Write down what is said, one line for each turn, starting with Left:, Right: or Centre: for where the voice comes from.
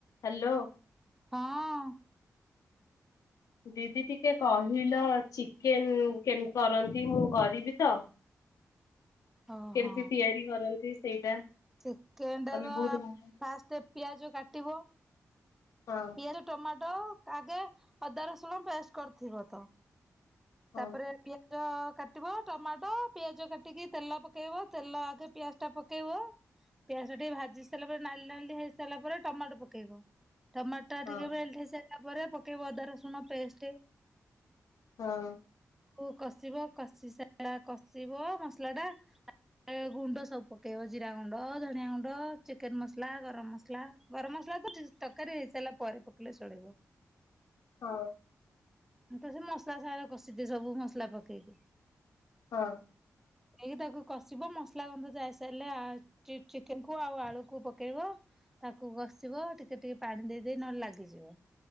Left: Hello.
Centre: ହଁ।
Left: ଦିଦି ଟିକେ କହିଲ ଚିକେନ କେମତି କରନ୍ତି। ମୁଁ କରିବି ତ
Centre: ଓ
Left: କେମତି
Centre: ହଁ
Left: ତିଆରି କରନ୍ତି। ସେଇଟା
Centre: ଚିକେନ ଟା
Left: ତମେ
Centre: ତ
Left: ବହୁତ ଭଲ
Centre: ଫାଷ୍ଟ ପିଆଜ କାଟିବ
Left: ହଁ
Centre: ପିଆଜ ଟମାଟୋ। ଆଗେ ଅଦା ରସୁଣ ପେଷ୍ଟ କରିଥିବ ତ
Left: ହଁ
Centre: ତାପରେ ପିଆ ପ କାଟିବ ଟମାଟୋ ପିଆଜ କାଟିକି ତେଲ ପକେଇବ ତେଲ ଆଗେ ପିଆଜ ଟା ପକେଇବ ପିଆଜ ଟିକେ ଭାଜି ସାରିଲା ପରେ ନାଲି ନାଲି ହେଇସାରିଲା ପରେ ଟମାଟୋ ପକେଇବ। ଟମାଟର
Left: ହଁ
Centre: ଟିକେ ମେ ସେ ତାପରେ ପକେଇବ ଅଦା ରସୁଣ ପେଷ୍ଟ
Left: ହଁ।
Centre: ଆଉ କଷିବ କଷି ସାରିଲା କଷିବ ମସଲା ଟା ଗୁଣ୍ଡ ସବୁ ପକେଇବ ଜିରା ଗୁଣ୍ଡ ଧନିଆ ଗୁଣ୍ଡ ଚିକେନ ମସଲା ଗରମ ମସଲା ଗରମ ମସଲା ତ ତରକାରୀ ହେଇସାରିଲା ପରେ ପକେଇଲେ ଚଳିବ।
Left: ହଁ।
Centre: ତ ସେ ମସଲା ସ କଷିଦିଏ ସବୁ ମସଲା ପକେଇକି।
Left: ହଁ।
Centre: କି ତାକୁ କଷିବ ମସଲା ଗନ୍ଧ ଯାଇସାରିଲେ ଚିକେନ କ ଆଉ ଆଳୁକୁ ପକେଇବ ତାକୁ କଷିବ ଟିକେ ଟିକେ ପାଣି ଦେଇ ଦେଇ ନହେଲେ ଲାଗିଯିବ।